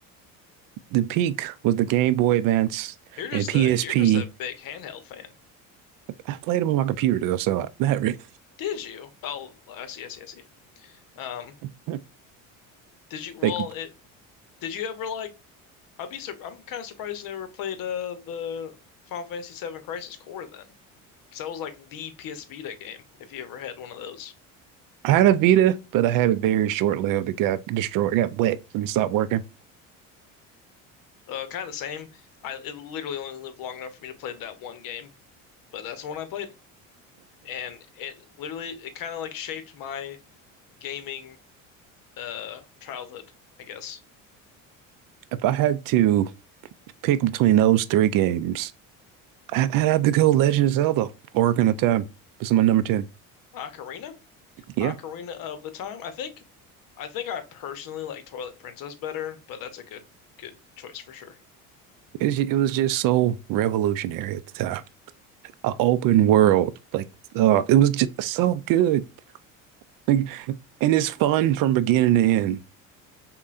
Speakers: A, on the right; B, on the left.
A: The peak was the Game Boy Advance
B: You're
A: and
B: just
A: PSP.
B: a you're just a big handheld fan.
A: I played them on my computer though, so I- not really.
B: Did you? Oh, I see, I see, I see. Um,
A: <laughs>
B: did you? Well,
A: Like
B: it did you ever like? I'd be sur I'm kind of surprised you never played uh the Final Fantasy VII Crisis Core then, because that was like the PS Vita game if you ever had one of those.
A: I had a Vita, but I had a very short lived. It got destroyed, it got wet and stopped working.
B: Uh, kind of the same. I it literally only lived long enough for me to play that one game, but that's the one I played, and it literally it kind of like shaped my gaming uh childhood, I guess.
A: If I had to pick between those three games, I, I had to go Legend of Zelda, Ocarina of Time. It's my number 10.
B: Ocarina?
A: Yeah,
B: Ocarina of the Time. I think I think I personally like Twilight Princess better, but that's a good good choice for sure.
A: it was, ju- it was just so revolutionary at the time. A open world, like uh, it was just so good. Like, and it's fun from beginning to end.